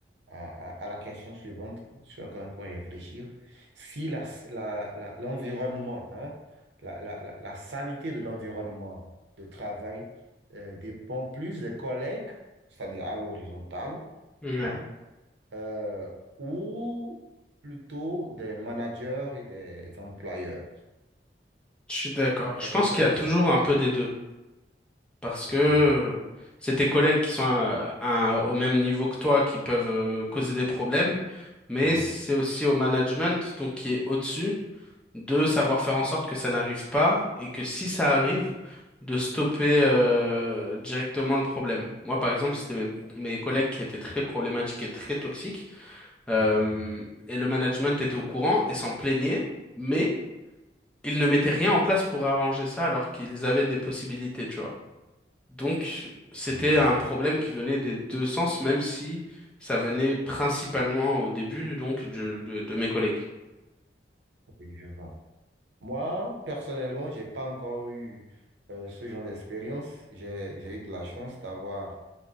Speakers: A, on the right; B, in the centre.
A: à, à- à la question suivante sur laquelle on pourrait réfléchir. Si la, la- la- l'environnement, hein, la, la- la- la sanité de l'environnement de travail euh, dépend plus des collègues, c'est-à-dire à l'horizontale,
B: Ouais,
A: hein, euh, ou plutôt des managers et des employeurs.
B: je suis d'accord.
A: Qu'est-ce
B: Je pense
A: que tu
B: qu'il
A: en
B: y a
A: penses?
B: toujours un peu des deux parce que
A: Je
B: euh,
A: vois.
B: c'est tes collègues qui sont à- à- au même niveau que toi qui peuvent euh, causer des problèmes, mais
A: Oui.
B: c'est aussi au management, donc qui est au-dessus de savoir faire en sorte que ça n'arrive pas et que si ça arrive, de stopper euh, directement le problème. Moi, par exemple, c'était mes, pro- mes collègues qui étaient très problématiques et très toxiques, euh,
A: Hum,
B: et le management était au courant et s'en plaignait, mais ils ne mettaient rien en place pour arranger ça alors qu'ils avaient des possibilités, tu vois. Donc, c'était
A: hum.
B: un problème qui venait des deux sens, même si ça venait principalement au début, donc, de, de de mes collègues.
A: Oui, je vois. Moi, personnellement, j'ai pas encore eu euh, ce genre d'expérience. J'ai, j'ai eu de la chance d'avoir